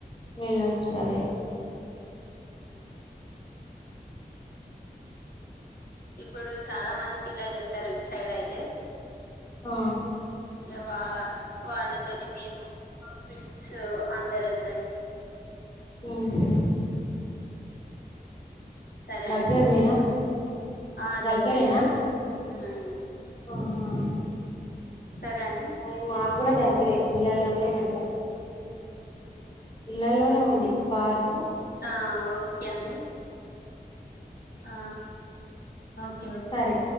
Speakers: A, on the left; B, on the left.
A: వెళ్ళొచ్చు అదే
B: ఇప్పుడు చాలా మంది పిల్లలు వెళ్తారు ఇట్ సైడ్ అయితే
A: ఆ
B: ఇగ వా వాళ్ళతోని మేము మా ఫ్రెండ్స్ అందరు అత
A: ఓహో
B: సరే
A: దగ్గర్నేనా
B: అండి ఆ
A: దగ్గరేనా
B: దగ్గరనే ఉమ్
A: ఆహా
B: సరే అండి
A: ఏ మాకు కూడా దగ్గే పిల్లల్లోనే పెడతారు ఇళ్లల్లోనే ఉంది పార్క్
B: ఆ ఓకే అండి ఆ ఓకే ఓకే
A: సరే